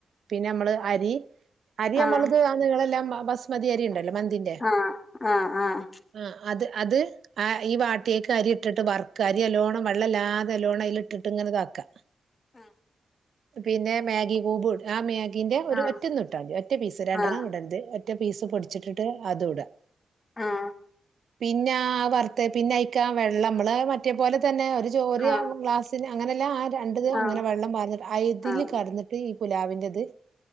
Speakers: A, on the right; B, on the left.
A: പിന്നെ നമ്മള് അരി അരി നമ്മൾത്
B: ആഹ്
A: <inaudible> കളെല്ലാം ബസ്മതിയരിയ്ണ്ടല്ലോ മന്തിന്റെ
B: ആഹ് ആഹ് ആഹ്
A: ആ അത് അത് ആ ഈ വാട്ടിയേക്ക് അരി ഇട്ടിട്ട് വർക്ക അരിയല്ലോണം വെള്ളല്ലാതെ അല്ലോണം അയില് ഇട്ടിട്ട് ഇങ്ങനെതാക്കാ
B: ആഹ
A: പിന്നെ മാഗി കൂബിട് ആ മാഗി ഇതിന്റെ ഒരു
B: ആഹ്
A: ഒറ്റൊന്ന്ട്ടാ <unintelligible> ഒറ്റ പീസ് രണ്ടെണ്ണം
B: ആഹ് ആഹ്
A: ഇടര്ത് ഒറ്റ പീസ് പൊടിച്ചിട്ടിട്ട് അതൂട
B: ആഹ
A: പിന്നെ ആ വർത്തെ പിന്നെ അയിക്കാ വെള്ളമ്മള് മറ്റേ പോലെ തന്നെ
B: ആഹ്
A: ഗ്ലാസിന് അങ്ങനെ ആ രണ്ട്ത്
B: ആഹ്
A: അങ്ങനെ വെള്ളം പാർന്ന് അയ്തില്
B: ആഹ്
A: കടന്നിട്ട് ഈ പുലാവിന്റത്